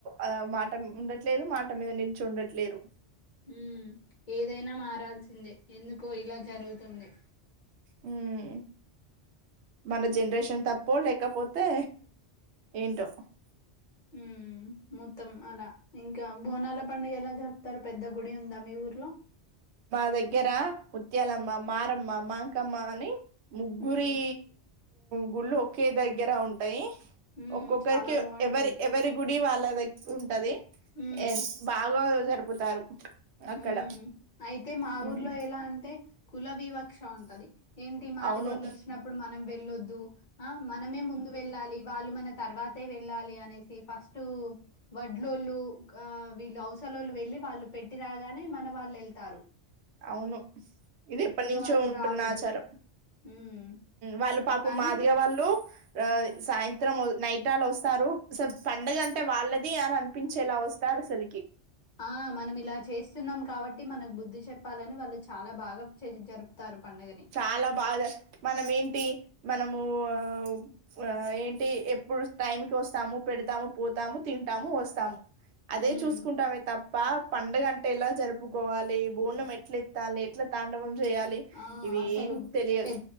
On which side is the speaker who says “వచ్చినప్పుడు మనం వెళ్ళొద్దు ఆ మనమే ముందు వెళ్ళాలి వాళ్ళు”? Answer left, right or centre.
Left